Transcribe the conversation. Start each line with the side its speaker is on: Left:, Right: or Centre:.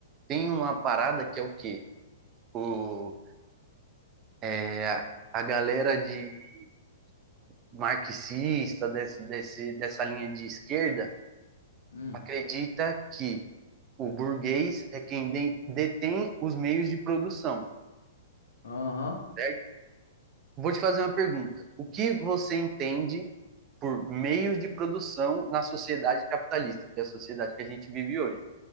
Right: tem uma parada que é o quê? O, é, a, a galera de marxista, desse, desse, dessa linha de esquerda,
Left: <laughs> Hum.
Right: acredita que o burguês é quem de- detém os meios de produção,
Left: Aham.
Right: certo? Vou te fazer uma pergunta. O que você entende por meios de produção na sociedade capitalista, que é a sociedade que a gente vive hoje.